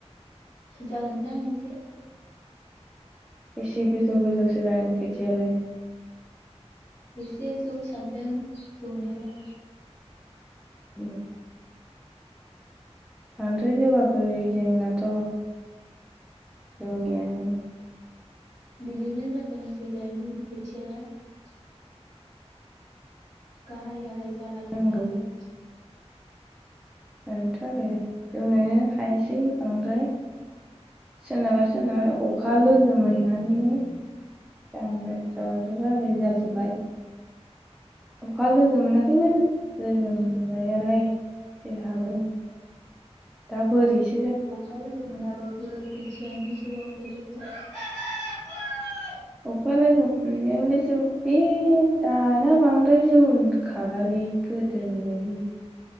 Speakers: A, on the left; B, in the centre.
A: जागोन। दां एसे।
B: बेसे गोजौ गोजौसो जागोन खोथियालाय
A: एसे जौ साबदों जौनायालाय
B: उम बांद्राय जौगाखै जोंनाथ' जौनायानो
A: <unintelligible> जादों देग्लायनि <unintelligible> गाहाय गाहाय <unintelligible>
B: जौगानांगौ <unintelligible> आरो जौनोनो हायासै बांद्राय सोरनाबा सोरनाबा अखा लोगो मोननानैनो <unintelligible> <unintelligible>
A: औ
B: <unintelligible> <unintelligible> <unintelligible> <unintelligible>
A: अखा लोगों मोनाबाबो खोथियायानो जौवाखै देगलाइ
B: अखा लोगो मोनायालाय जौ बे दाना बांद्राय जौ खालालै गोदोनि बायदि